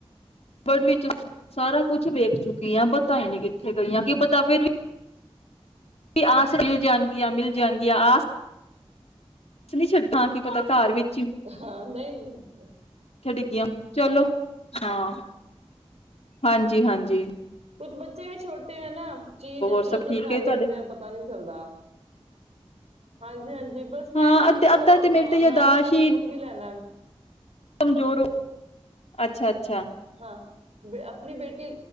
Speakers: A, on the left (about 75°); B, on the right (about 80°).
A: ਵਿੱਚ ਸਾਰਾ ਕੁਝ ਵੇਖ ਚੁੱਕੀ ਆ ਪਤਾ ਹੀ ਨਹੀਂ ਕਿੱਥੇ ਗਈਆਂ ਕੀ ਪਤਾ ਫਿਰ ਵੀ ਵੀ ਆਸ ਮਿਲ ਜਾਣਗੀਆਂ ਮਿਲ ਜਾਣਗ ਗਿਆ ਆਸ ਨੀ ਛੱਡਾਂ ਕੀ ਪਤਾ ਘਰ ਵਿੱ
B: ਹਾਂ ਨਹੀਂ ਨਹੀਂ
A: ਥੇ ਡਿੱਗੀਆਂ, ਚਲੋ ਹਾਂ, ਹਾਂਜੀ ਹਾਂਜੀ।
B: ਕੁਛ ਬੱਚੇ ਵੀ ਛੋਟੇ ਐ ਨਾ, ਚੀਜ਼ ਇੱਧਰ
A: ਸਭ
B: ਉਧਰ
A: ਠੀਕ
B: ਕਰ
A: ਹੈ ਤੁਹਾਡੇ
B: ਦਿੰਦੇ ਆ ਪਤਾ ਨੀ ਚੱਲਦਾ। ਹਾਂਜੀ ਹਾਂਜੀ, ਬਸ
A: ਹਾਂ
B: ਮੈਂ ਨਾ
A: ਅੱਧ
B: ਇੱਕ
A: ਅੱਧਾ ਤੇ ਮੇਰੀ ਤੇ
B: ਅਨਾਰਕਲੀ
A: ਯਾਦਾਸ਼
B: ਸੂਟ ਵੀ ਲੈਣਾ। ਹਮ
A: ਜ਼ੋਰ ਹੋ ਅੱਛਾ-ਅੱਛਾ
B: ਹਾਂ ਬ ਆਪਣੀ ਬੇਟੀ